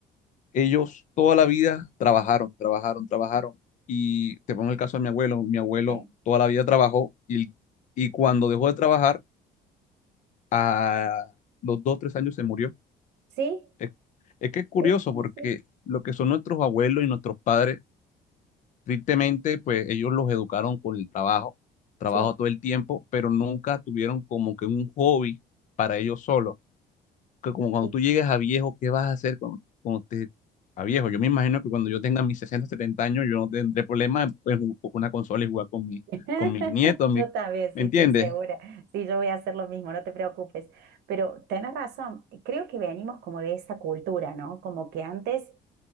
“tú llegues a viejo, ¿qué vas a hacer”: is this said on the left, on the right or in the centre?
Left